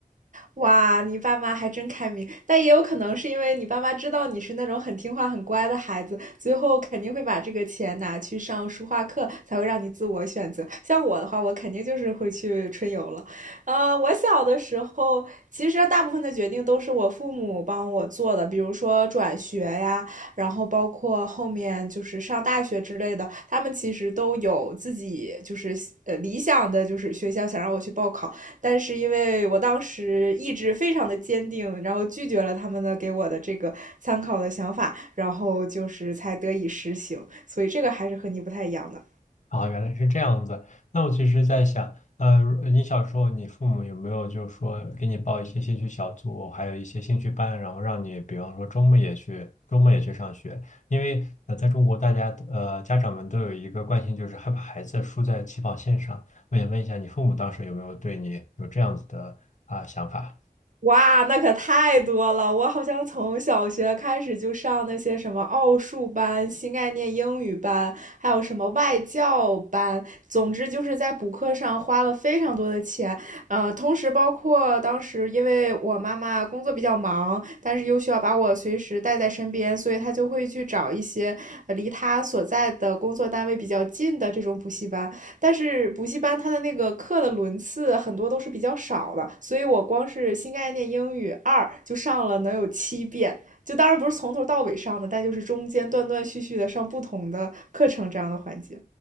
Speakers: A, on the right; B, on the left.
A: 哇，你爸妈还真开明，但也有可能是因为你爸妈知道你是那种很听话、很乖的孩子，最后肯定会把这个钱拿去上书画课，才会让你自我选择。像我的话，我肯定就是会去春游了。呃，我小的时候，其实大部分的决定都是我父母帮我做的，比如说转学呀，然后包括后面就是上大学之类的，他们其实都有自己就是呃理想的，就是学校想让我去报考。但是因为我当时意志非常的坚定，然后拒绝了他们的给我的这个参考的想法，然后就是才得以实行，所以这个还是和你不太一样的。
B: 啊，原来是这样子。那我其实在想，呃，如你小时候，你父母有没有就是说给你报一些兴趣小组，还有一些兴趣班，然后让你，比方说周末也去，周末也去上学？因为呃，在中国，大家呃家长们都有一个惯性，就是害怕孩子输在起跑线上。我想问一下，你父母当时有没有对你有这样子的啊、想法？
A: 哇，那可太多了！我好像从小学开始就上那些什么奥数班、新概念英语班，还有什么外教班。总之就是在补课上花了非常多的钱，呃，同时包括当时因为我妈妈工作比较忙，但是又需要把我随时带在身边，所以她就会去找一些呃离她所在的工作单位比较近的这种补习班。但是补习班它的那个课的轮次很多都是比较少的，所以我光是新概念英语二就上了能有七遍。就当然不是从头到尾上的，但就是中间断断续续的上不同的课程这样的环节。